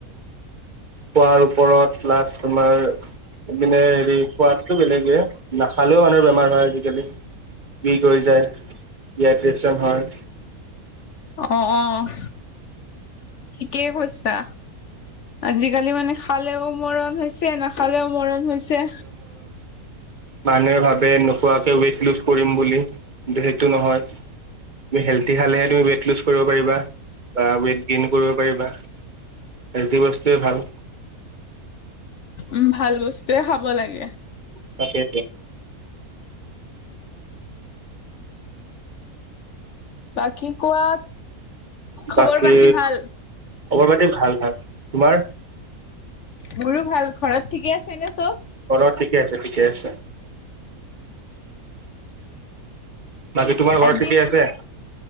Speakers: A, on the right; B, on the left.
A: খুৱোৱাৰ ওপৰত প্লাছ তোমাৰা হেৰি খোৱটো বেলেগে নাখালেও মানুহৰ বেমাৰ হয় আজিকালি বিষ কৰি যায় ডিড্ৰচন হয়
B: অ', ঠিকেই কৈছা আজিকালি মানে খালেও মৰণ হৈছে নাখালেও মৰণ হৈছে
A: মানে- ব নোখোৱাকে ৱেইট লুজ কৰিম বুলি কিন্তু সেইটো নহয় তুমি হেলডি খালেহে তুমি ৱেইট লুজ কৰিব পাৰিবা বা ৱেইট গেইন কৰিব পাৰিবা হেলদি বস্তুৱে ভাল
B: উম ভাল বস্তুৱয়ে খাব লাগে
A: তাকে
B: বাকী কোৱা খবৰ
A: বাকী
B: পাতি ভাল
A: খবৰ পাতি ভাল ভাল তোমাৰ
B: মোৰো ভাল ঘৰত ঠিকে আছে নে? চব
A: ঘৰত ঠিকে আছে ঠিকে আছে বাকী তোমাৰ ঘৰত
B: এদিন
A: ঠিকে আছে